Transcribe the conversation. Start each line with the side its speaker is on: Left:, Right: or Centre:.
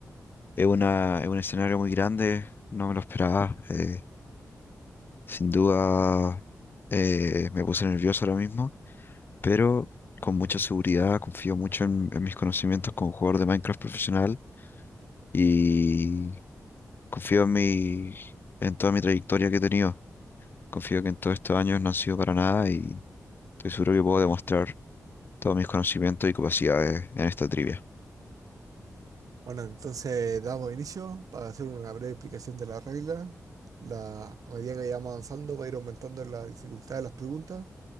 Left: es una, es un escenario muy grande, no me lo esperaba. eh, sin duda eh, me puse nervioso ahora mismo, pero con mucha seguridad, confío mucho en, en mis conocimientos como jugador de Minecraft profesional y confío en mi, en toda mi trayectoria que he tenido. Confío que en todos estos años no han sido para nada y estoy seguro que puedo demostrar todos mis conocimientos y capacidades en esta trivia.
Right: Bueno, entonces damos inicio para hacer una breve explicación de la regla. La, a medida que vayamos avanzando va a ir aumentando la dificultad de las preguntas